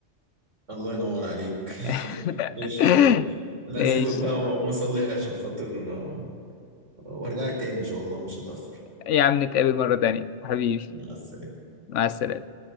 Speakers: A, on the right; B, on the left.
A: الله ينور عليك
B: <laughs>
A: <laughs> ماشي يا غالي لا
B: ماشي
A: هسيبك بقى وأقوم أصلي عشان خاطر آه، وأرجع لك تاني إن شاء الله مش هتأخر
B: يا عم نتقابل مرة تانية حبيبي
A: مع السلامة
B: مع السلامة